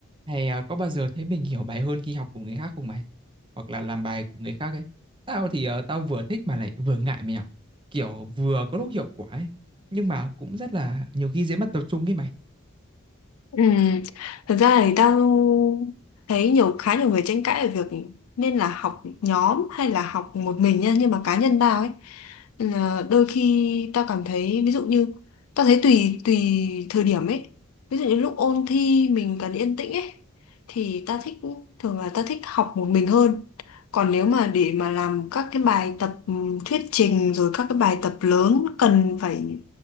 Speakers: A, on the right (about 25°); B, on the left (about 85°).
A: Hay à, có bao giờ thấy mình hiểu bài hơn khi học cùng người khác không mày? Hoặc là làm bài cùng người khác ấy. Tao thì ờ, tao vừa thích mà lại vừa ngại mày ạ. Kiểu vừa có lúc hiệu quả ấy. Nhưng mà cũng rất là nhiều khi dễ mất tập trung ấy mày.
B: Ừ. Thực ra thì tao thấy nhiều khá nhiều người tranh cãi về việc nên là học nhóm hay là học một mình nha nhưng mà cá nhân tao ấy là đôi khi tao cảm thấy ví dụ như tao thấy tùy tùy thời điểm ấy ví dụ như lúc ôn thi mình cần yên tĩnh ấy thì tao thích thường là tao thích học một mình hơn còn nếu mà để mà làm các cái bài tập ừm, thuyết trình rồi các cái bài tập lớn cần phải